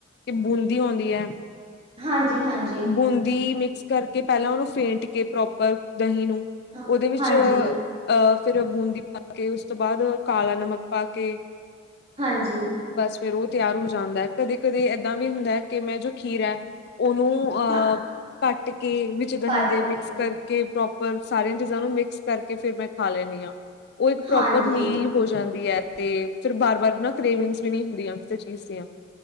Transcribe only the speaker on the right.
ਹਾਂਜੀ ਹਾਂਜੀ
ਹਾਂ
ਹਾਂਜੀ
ਹਾਂਜੀ।
ਹਾਂ
ਕੱਟ
ਕੇ
ਹਾਂਜੀ